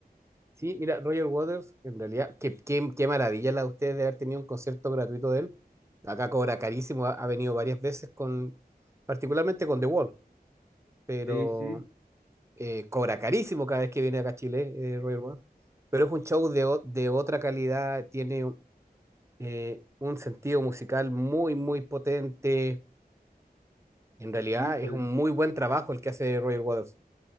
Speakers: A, on the right; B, on the left.
A: Sí, mira, Roger Waters, en realidad, qué, qué, qué maravilla la de ustedes de haber tenido un concierto gratuito de él. Acá cobra carísimo, ha, ha venido varias veces con, particularmente con The Wall. pero
B: Sí, sí,
A: eh, cobra carísimo cada vez que viene acá a Chile, eh, Roger Waters. Pero es un show de, o- de otra calidad, tiene eh, un sentido musical muy, muy potente. En realidad
B: sí, pues
A: es un muy buen trabajo el que hace Roger Waters.